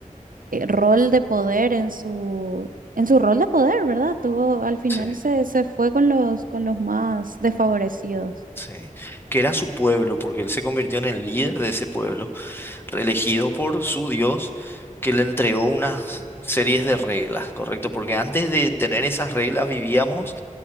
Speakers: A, on the right; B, on the left.
A: eh, rol de poder en su, en su rol de poder, ¿verdad? Tuvo, al final
B: sí,
A: se, se fue con los, con los más desfavorecidos.
B: sí, que era su pueblo, porque él se convirtió en el líder de ese pueblo. elegido por su Dios, que le entregó unas series de reglas, ¿correcto? Porque antes de tener esas reglas vivíamos